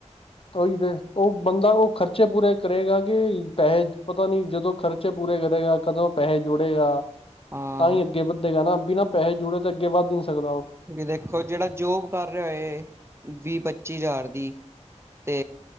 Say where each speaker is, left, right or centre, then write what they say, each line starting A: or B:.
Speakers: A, on the left; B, on the right.
A: ਤਾਂ ਉਹੀ ਤੇ ਉਹ ਬੰਦਾ ਉਹ ਖਰਚੇ ਪੂਰੇ ਕਰੇਗਾ ਕਿ ਪੈਸੇ ਪਤਾ ਨੀ ਜਦੋਂ ਖਰਚ ਖ਼ਰਚੇ ਪੂਰੇ ਕਰੇਗਾ ਕਦੋਂ ਪੈਸੇ ਜੋੜੇਗਾ?
B: ਹਾਂ
A: ਤਾਂ ਹੀ ਅੱਗੇ ਵੱਧੇਗਾ ਨਾ ਬਿਨਾ ਪੈਸੇ ਜੁੜੇ ਤੇ ਅੱਗੇ ਵੱਧ ਹੀ ਨੀ ਸਕਦਾ ਉਹ!
B: ਦੇਖੋ ਜਿਹੜਾ ਜੋਬ ਕਰ ਰਿਹਾ ਏ ਵੀਹ-ਪੱਚੀ ਹਜ਼ਾਰ ਦੀ। ਤੇ